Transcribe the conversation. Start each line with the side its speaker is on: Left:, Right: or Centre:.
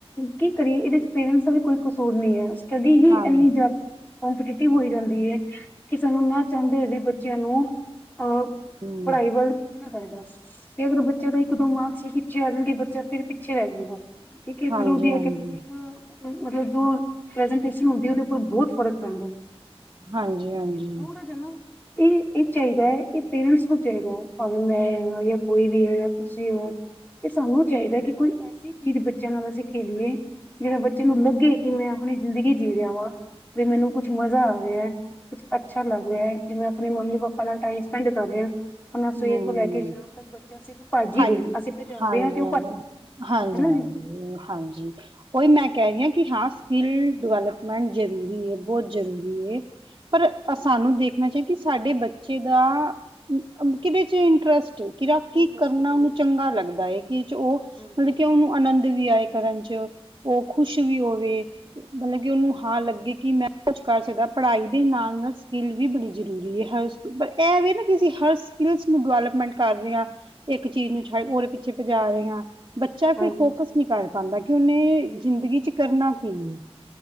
Left: ਕੀ ਕਰੀਏ ਇਹਦੇ ਚ ਪੇਰੈਂਟਸ ਦਾ ਵੀ ਕੋਈ ਕਸੂਰ ਨਹੀਂ ਹੈ ਸਟੱਡੀ ਹੀ
Right: ਹਾਂ,
Left: ਇਨੀ ਕੌਂਪੀਟਿਟੀ ਹੋਈ ਜਾਂਦੀ ਏ, ਕਿ ਸਾਨੂੰ ਨਾ ਚਾਹੁੰਦੇ ਹੋਏ ਵੀ ਬੱਚਿਆਂ ਨੂੰ ਅ,
Right: ਹੂੰ,
Left: ਪੜ੍ਹਾਈ ਵੱਲ ਕਰਦਾ, ਅਗਰ ਬੱਚੇ ਦਾ ਇੱਕ-ਦੋ ਮਾਰਕਸ ਵੀ ਪਿੱਛੇ ਆ ਜਾਣਗੇ, ਬੱਚਾ ਫਿਰ ਪਿੱਛੇ ਰਹਿ ਜਾਂਦਾ। ਠੀਕ ਹੈ ਫਰੂਦੀ
Right: ਹਾਂਜੀ-ਹਾਂਜੀ,
Left: ਅਕੈਡਮੀ ਚ ਮਤਲਬ ਜੋ ਪ੍ਰੈਜੇਂਟੇਸ਼ਨ ਹੁੰਦੀ ਏ, ਉਹਦੇ ਉੱਪਰ ਬਹੁਤ ਫ਼ਰਕ ਪੈਂਦਾ।
Right: ਹਾਂਜੀ-ਹਾਂਜੀ,
Left: ਈ ਥੋੜਾ ਜਾ ਨਾ, ਇਹ ਚਾਹੀਦਾ ਏ, ਇਹ ਪੇਰੈਂਟਸ ਨੂੰ ਚਾਹੀਦਾ। ਭਾਵੇਂ ਮੈਂ ਆਂ ਜਾਂ ਕੋਈ ਵੀ ਹੈ ਜਾਂ ਤੁਸੀਂ ਹੋ ਇਹ ਸਾਨੂੰ ਚਾਹੀਦਾ ਕਿ ਐਸੀ ਚੀਜ਼ ਬੱਚਿਆਂ ਨਾਲ ਅਸੀਂ ਖੇਲੀਏ, ਜਿਸ ਨਾਲ ਬੱਚਿਆਂ ਨੂੰ ਲੱਗੇ ਕਿ ਮੈਂ ਆਪਣੀ ਜ਼ਿੰਦਗੀ ਜੀ ਰਿਹਾ ਹਾਂ। ਤੇ ਮੈਨੂੰ ਕੁੱਝ ਮਜ਼ਾ ਆ ਰਿਹਾ। ਕੁਝ ਅੱਛਾ ਲੱਗ ਰਿਹਾ ਜਿਵੇਂ ਆਪਣੀ ਮੰਮੀ ਪਾਪਾ ਨਾਲ ਟਾਈਮ ਸਪੈਂਡ ਕਰ ਰਿਹਾ। ਆਪਣਾ
Right: ਹੂੰ।
Left: ਸਵੇਰ ਤੋਂ ਲੈ ਕੇ ਸ਼ਾਮ ਤੱਕ ਅਸੀਂ ਭੱਜ ਹੀ
Right: ਹਾਂਜੀ,
Left: ਰਹੇ ਆ ਅਸੀਂ ਭਜਾ
Right: ਹਾਂਜੀ,
Left: ਰੇ ਆ ਤੇ ਉਹ
Right: ਹਾਂਜੀ,
Left: ਭੱਜ ਰਹੇ
Right: ਹਾਂਜੀ,
Left: ਹਣਾ
Right: ਹਾਂਜੀ,
Left: ਜੀ
Right: ਹਾਂਜੀ, ਉਹੀ ਮੈਂ ਕਹਿ ਰਹੀ ਹਾਂ ਕਿ ਹਾਂ ਸਕਿੱਲ ਡਿਵੈਲਪਮੈਂਟ ਜ਼ਰੂਰੀ ਐ ਬਹੁਤ ਜ਼ਰੂਰੀ ਐ। ਪਰ ਸਾਨੂੰ ਦੇਖਣਾ ਚਾਹੀਦਾ ਕਿ ਸਾਡੇ ਬੱਚੇ ਦਾ ਕਿਹਦੇ ਚ ਇੰਟਰਸਟ ਕਿਹੜਾ ਕੀ
Left: ਇੰਟਰਸਟ
Right: ਕਰਨਾ
Left: ਕਿਹਦੇ
Right: ਉਹਨੂੰ
Left: ਚ
Right: ਚੰਗਾ
Left: ਹੈ?
Right: ਲੱਗਦਾ ਐ ਕਿਦੇ ਚ ਉਹ
Left: ਹਾਂਜੀ
Right: ਮਤਲਬ ਕਿ
Left: ਹਾਂਜੀ
Right: ਉਹਨੂੰ ਅਨੰਦ ਵੀ ਆਏ ਕਰਨ ਚ ਉਹ ਖੁਸ਼ ਵੀ ਹੋਵੇ। ਮਤਲਬ ਕਿ ਉਹਨੂੰ ਹਾਂ ਲੱਗੇ ਕਿ ਮੈਂ ਕੁਝ ਕਰ ਸਕਦਾ ਪੜ੍ਹਾਈ ਦੇ ਨਾਲ ਨਾਲ ਸਕਿੱਲ ਵੀ ਬੜੀ ਜ਼ਰੂਰੀ ਆ। ਪਰ ਇਹ ਵੇ ਨਾ ਕਿਸੀ ਹਰ ਸਕਿਲ ਨੂੰ ਡਿਵੈਲਪਮੈਂਟ ਕਰ ਰਹੇ ਹਾਂ ਇੱਕ ਚੀਜ਼ ਨੂੰ ਛੱਡ ਉਹਦੇ ਪਿੱਛੇ ਭਜਾ ਰਹੇ ਹਾਂ। ਬੱਚਾ
Left: ਹਾਂਜੀ
Right: ਫਿਰ ਫੋਕਸ
Left: ਹਾਂਜੀ
Right: ਨਹੀਂ ਕਰ ਪਾਂਦਾ ਕਿ ਉਹਨੇ
Left: ਬਿਲਕੁਲ
Right: ਜ਼ਿੰਦਗੀ ਵਿੱਚ ਕਰਨਾ ਕੀ ਐ।